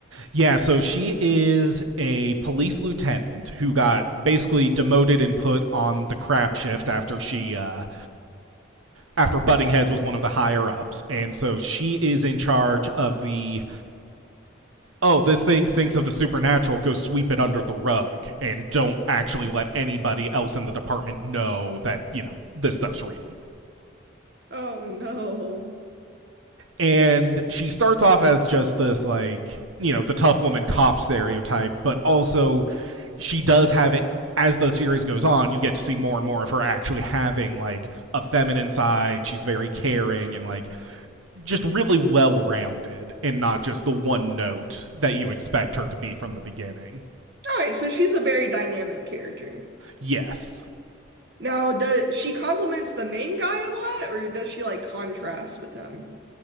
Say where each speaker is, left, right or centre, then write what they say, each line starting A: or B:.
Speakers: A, on the right; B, on the right.
A: Yeah, so she is a police lieutenant who got basically demoted and put on the crap shift after she uh after butting heads with one of the higher ups. And so she is in charge of the oh, this thing stinks of the supernatural, go sweep it under the rug and don't actually let anybody else in the department know that, you know, this stuff's real.
B: Oh no.
A: and she starts off as just this like you know the tough woman cop stereotype but also she does have it as the series goes on you get to see more and more of her actually having like a feminine side she's very caring and like just really well rounded and not just the one note that you expect her to be from the beginning
B: All right, so she's a very dynamic character.
A: yes
B: Now, does she compliments the main guy a lot, or does she like contrast with him?